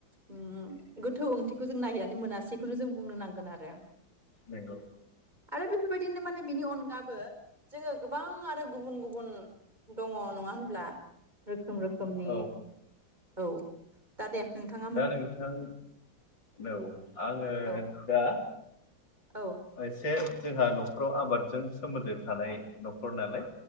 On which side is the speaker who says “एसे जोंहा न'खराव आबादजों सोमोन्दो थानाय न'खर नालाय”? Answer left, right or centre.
Left